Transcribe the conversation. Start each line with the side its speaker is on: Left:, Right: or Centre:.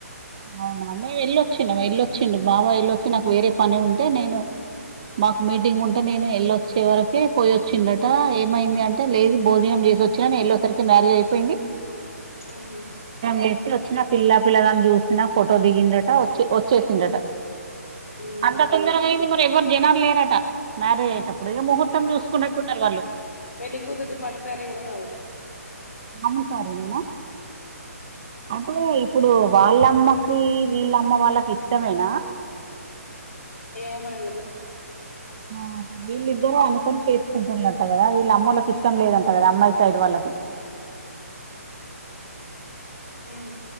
Right: అవునా మేము వెళ్ళొచ్చిం వెళ్ళొచ్చిండు మామ వెళ్ళొచ్చి నాకు వేరే పని ఉంటే నేను మాకు మీటింగ్ ఉంటే నేను వెళ్ళొచ్చే వరకే పోయి వచ్చిందట ఏమైంది అంటే లేదు భోజనం తీసి వచ్చినా ఎళ్ళోసరికి మ్యారేజ్ అయిపోయింది
Left: ఉమ్
Right: చేసి వచ్చిన పిల్ల పిల్లగాని చూసిన ఫోటో దిగిందట వచ్చి చేసిండట
Left: ఉమ్
Right: అంత తొందర అయింది మరి ఎవ్వరు జనాలు లేరట మరే అయ్యేటప్పుడు ముహూర్తం చూసుకున్నట్టున్నారు వాళ్ళు
Left: వెళ్లి కూతురుది పట్టు సారీ కూడా కాదు
Right: అమ్ముతారు ఏమైనై అంటే ఇప్పుడు వాళ్ళ అమ్మకి వీళ్ళమ్మ వాళ్ళకి ఇష్టమేనా
Left: ఏమో మనకుతెలీదు
Right: ఆ వీళ్ళిద్దర అనుకొని చేసుకుంటున్నారు కదా వీళ్ళ అమ్మకి ఇష్టం లేదంట కదా అమ్మాయి సైడ్ వాళ్ళకి
Left: ఉ